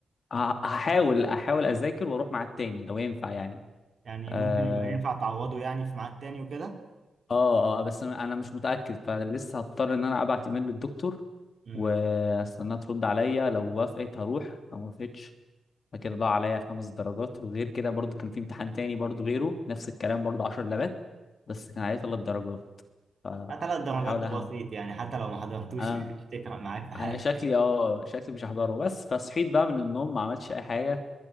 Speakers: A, on the left; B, on the right.
A: ه- هحاول احاول اذاكر واروح مع التاني لو ينفع يعني
B: يعني
A: آه،
B: ممكن يبقى ينفع تعوضه يعني في ميعاد تاني وكده
A: اه اه آه، بس انا أنا مش متاكد فلسه هضطر ان انا ابعت ايميل للدكتور
B: امم
A: واستناها ترد عليا لو وافقت هروح لو ما وافقتش فكده ضاع عليا خمس درجات وغير كده برضو كان في امتحان تاني برضو غيره نفس الكلام برضو عشر لبات بس كان عليه ثلاث درجات فهحاول
B: ثلاث درجات ده
A: اهن
B: بسيط يعني حتى لو ما حضرتوش
A: انا
B: يعني مش تفرق معاك في حاجة
A: انا شكلي اه شكلي مش هحضره بس فصحيت بقى من النوم ما عملتش اي حاجه